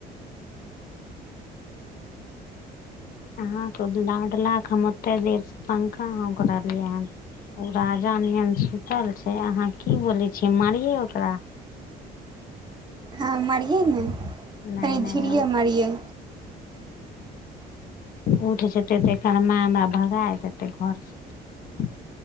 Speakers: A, on the left (about 60°); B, on the right (about 25°).
A: अहाँके लाडला क हम ओते देरसँ पंखा हौंक रहलियै हन ओ राजा नियन सुतल छै अहाँ की बोलै छियै मारियै ओकरा
B: हँ मरियौ ने
A: नहि
B: तनी
A: नहि
B: धिरिये
A: हम
B: मारियै
A: उठ जेतै तऽ एकर माय हमरा भगाय देतै घरसँ